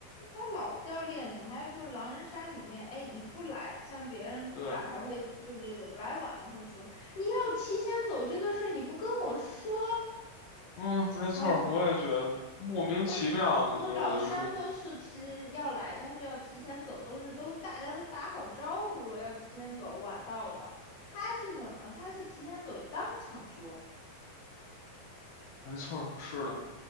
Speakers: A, on the left; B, on the left.
A: 他老掉链子，还有就是狼人杀里面，哎，你不来，像别人不来，
B: 对，
A: 还会就是来晚了会说你要提前走这个事儿，你不跟我说
B: 嗯，没错儿，
A: 啊。
B: 我也觉得莫名其妙，
A: 我我老乡都是提要来，
B: 所以我就说，
A: 但是要提前走，都是都大家都打好招呼了，要提前走，晚到的。他是什么？他是提前走，当场说，
B: 没错儿，是的，